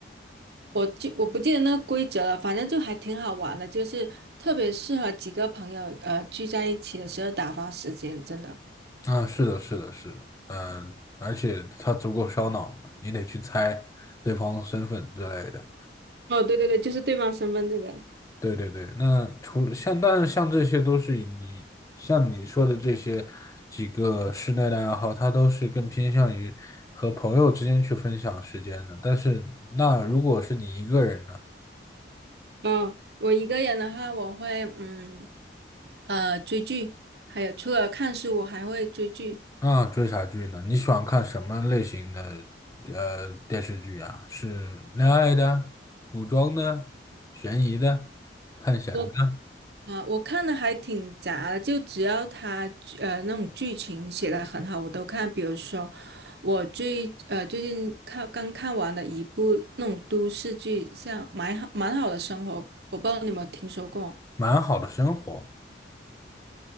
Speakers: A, on the right (about 60°); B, on the left (about 20°).
A: 我记我不记得那个规则了，反正就还挺好玩的，就是特别适合几个朋友呃聚在一起的时候打发时间，真的。
B: 啊，是的，是的，是的，嗯，而且它足够烧脑嘛，你得去猜对方身份之类的。
A: 哦，对对对，就是对方身份这个。
B: 对对对，那除了像，但是像这些都是以你像你说的这些几个室内的爱好，它都是更偏向于和朋友之间去分享时间的。但是那如果是你一个人呢？
A: 嗯，我一个人的话，我会嗯呃追剧，还有除了看书，我还会追剧。
B: 那追啥剧呢？你喜欢看什么类型的呃电视剧啊？是恋爱的、古装的、悬疑的、探险的，
A: 我啊、呃我看的还挺杂的，就只要他呃那种剧情写的很好，我都看。比如说我最呃最近看刚看完的一部那种都市剧，像《蛮好蛮好的生活》，我不知道你有没有听说过？
B: 蛮好的生活，